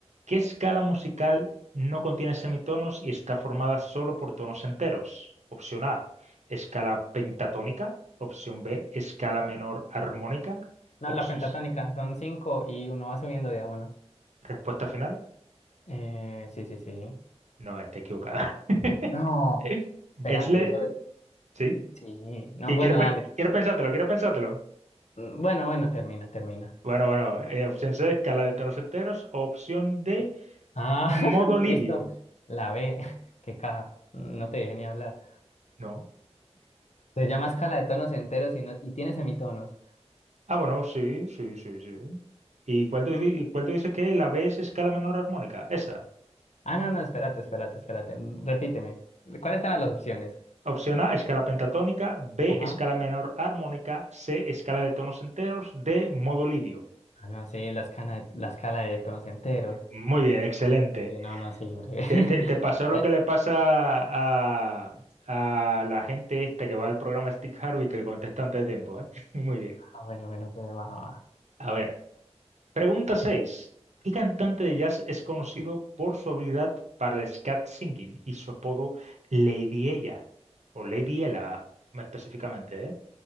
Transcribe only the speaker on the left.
No,
la pentatónica,
son cinco y uno va subiendo de a uno.
Eh, sí, sí, sí.
No,
espérate,
eso.
Sí, no,
bueno,
dale.
Mm, Bueno, bueno, termina, termina.
Ah, <laughs>
listo. La B, <laughs> qué caja. No te dejé ni hablar.
Se llama escala de tonos enteros y, no- y tiene semitonos.
Ah, no, no, espérate, espérate, espérate. mm, Repíteme. ¿Cuáles eran las opciones?
Ajá.
Ah, no, sí, la escala la escala de tonos enteros.
Sí, no, no, sí, breve. <laughs>
Eh,
ah, bueno, bueno, breve, va, va.